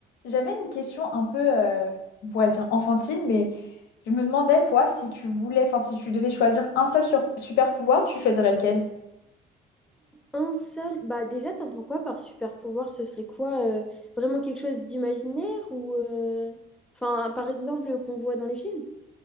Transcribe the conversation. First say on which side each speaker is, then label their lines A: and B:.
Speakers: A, on the left; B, in the centre.
A: J'avais une question un peu, euh, on pourrait dire enfantine, mais je me demandais, toi, si tu voulais, enfin, si tu devais choisir un seul sur- super pouvoir, tu choisirais lequel?
B: Un seul, bah déjà, t'entends quoi par super pouvoir? Ce serait quoi? euh, vraiment quelque chose d'imaginaire ou euh, enfin, par exemple, qu'on voit dans les films?